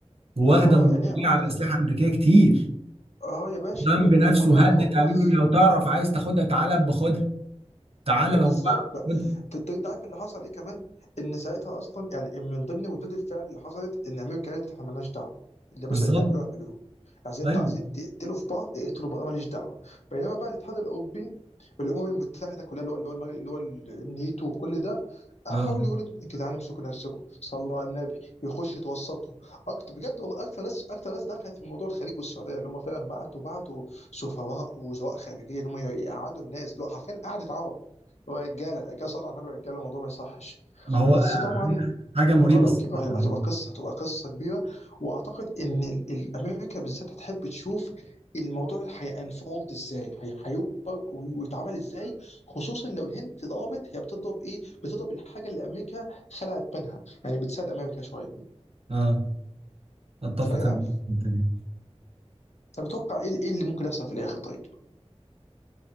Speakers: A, on the right; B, on the left.
A: واخدة
B: اه
A: ومتكلة
B: يعني هم
A: على أسلحة أمريكية كتير
B: اه يا باشا
A: ترامب
B: و-
A: نفسه
B: ودماغهم
A: هدد قالوا
B: بص
A: له لو تعرف عايز تاخدها تعالى باخدها تعالى
B: ما
A: لو
B: بالظبط
A: تعرف
B: بقى.
A: تاخدها
B: انت انت عارف اللي حصل ايه كمان ان ساعتها اصلا يعني من ضمن ردود الفعل اللي حصلت ان امريكا قالت احنا مالناش دعوه اللي يا باشا
A: بالظبط
B: اللي تعملوه اعملوه عايزين
A: ايوه
B: انت عايزين تقتلوا في بعض اقتلوا بعض أنا ماليش دعوه بينما بقى الاتحاد الاوروبي والامم المتحده كلها اللي هو اللي هو المج- اللي هو النيتو وكل ده حاولوا
A: اه
B: يقولوا يا جدعان امسكوا نفسكم صلوا على النبي يخش يتوسطوا اكتر بجد والله اكتر ناس اكتر ناس دخلت في موضوع الخليج والسعوديه اللي هم فعلا بعتوا بعتوا سفراء وزراء خارجيه ان هم يقعدوا الناس اللي هو حرفيا قعدت عرب هو رجاله رجاله صلى على النبي رجاله الموضوع ما يصحش
A: ما هو
B: بس
A: آه،
B: طبعا
A: حاجه حاجة
B: الموضوع
A: مريبه
B: لو
A: الصراحه
B: كبر هيبقى
A: يعني
B: هتبقى قصه هتبقى قصه كبيره واعتقد ان ال- ال- امريكا بالذات هتحب تشوف الموضوع هينفولد ازاي هي- هيكبر وي- ويتعمل ازاي خصوصا لو الهند ضربت هي بتضرب ايه بتضرب الحاجه اللي امريكا خلعت منها يعني بتساعد امريكا شويه
A: اه اتفق
B: فيا
A: انا في الحته دي
B: طب اتوقع ايه ايه اللي ممكن يحصل في الاخر طيب